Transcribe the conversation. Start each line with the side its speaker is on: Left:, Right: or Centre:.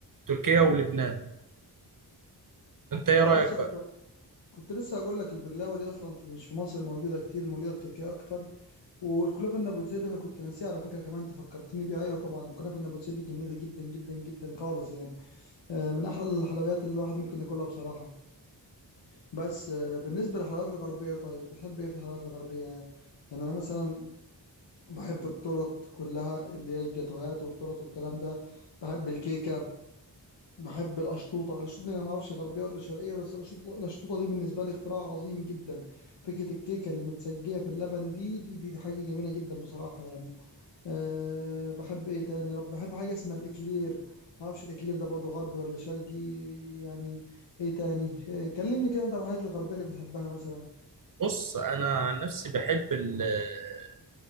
Right: تركيا ولبنان انت ايه رايك
Left: انا لسه كنت
Right: بقى
Left: كنت لسه هقول لك البقلاوه دي اصلا في مش في مصر موجوده كتير موجوده في تركيا اكتر والكنافه النابلسيدي انا كنت ناسيها على فكره كمان انت فكرتني بيها ايوه طبعا الكنافه النابلسيدي جميله جدا جدا جدا خالص يعني آه، من احلى الحلويات اللي الواحد ممكن ياكلها بصراحه بس آه، بالنسبه للحلويات الغربيه طيب بتحب ايه في الحلويات الغربيه يعني انا مثلا بحب التورت كلها اللي هي الجاتوهات والتورت والكلام ده بحب الكيكه بحب الأشطوطة الأشطوطة دي أنا ما أعرفش غربية ولا شرقية بس الأشطوطة الأشطوطة دي بالنسبة لي اختراع عظيم جدا فكرة الكيكة المتسجية في اللبن دي دي دي, دي حاجة جميلة جدا بصراحة يعني أه بحب إيه تاني يا رب بحب حاجة اسمها الإكلير ما أعرفش الإكلير ده برضو غربي ولا شرقي يعني إيه تاني آه، كلمني كده أنت عن الحاجات الغربية اللي بتحبها مثلا
Right: بص انا عن نفسي بحب ال- آه،